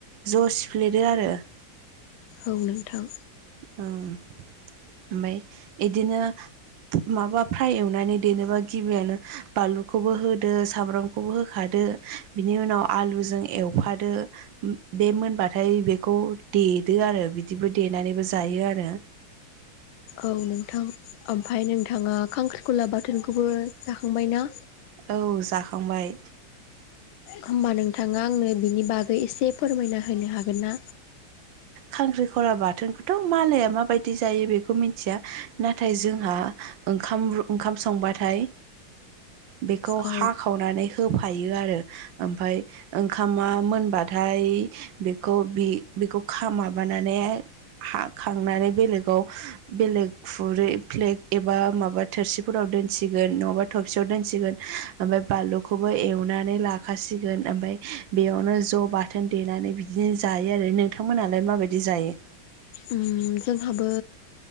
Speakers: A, on the right; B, on the left.
A: ज' सिफ्लेदो आरो <inaudible>
B: औ नोंथां
A: ओम ओमफाय एदिनो माबा फ्राय एवनानै देनोबा गिबियानो बानलुखौबो होदो सामब्रामखौबो होखादो दो बिनि उनाव आलुजों एवफादो बे मोनबाथाय बेखौ दे देदो आरो बिदिबो देनानैबो जायो आरो
B: औ नोंथां ओमफाय नोंथाङा खांख्रिखला बाथोनखौबो जाखांबाय ना?
A: औ जाखांबाय
B: होमबा नोंथाङा आंनो बिनि बागै एसे फोरमायना होनो हागोन ना?
A: खांख्रि खला बाथोनखौथ' मालाया माबायदि जायो बेखौ मिन्थिया नाथाय जोंहा ओंखाम ओंखाम संबाथाय बेखौ
B: औ
A: हाखावनानै होफायो आरो ओमफाय ओंखामा मोनबाथाय बेखौ‌ बि बिखौ खा माबानानै हाखांनानै बेलेगाव बेलेग खुरै फ्लेग एबा माबा थोरसिफोराव दोनसिगोन‌ नङाबा थबसियाव दोनसिगोन ओ ओमफाय बानलुखौबो एवनानै लाखासिगोन‌ ओमफाय बेयावनो ज' बाथोन देनानै बिदिनो जायो आरो नोंथांमोनालाय माबायदि जायो?
B: ओम जोंहाबो